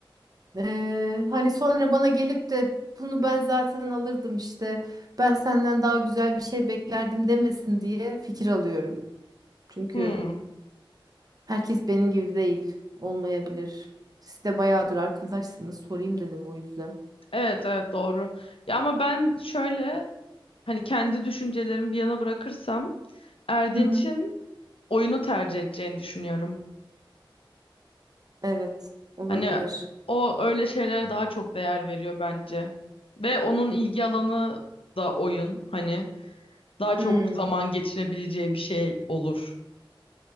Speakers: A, on the right; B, on the left.
A: ee, hani sonra bana gelip de bunu ben zaten alırdım işte ben senden daha güzel bir şey beklerdim demesin diye fikir alıyorum. Çünkü
B: Hmm.
A: herkes benim gibi değil olmayabilir. Siz de bayağıdır arkadaşsınız sorayım dedim o yüzden.
B: Evet evet doğru. Ya ama ben şöyle hani kendi düşüncelerimi bir yana bırakırsam Erdinç'in
A: Hı hı.
B: oyunu tercih edeceğini düşünüyorum.
A: Evet olabilir.
B: Hani o öyle şeylere daha çok değer veriyor bence. Ve onun ilgi alanı da oyun. Hani daha çok
A: Hmm,
B: zaman geçirebileceği bir şey olur.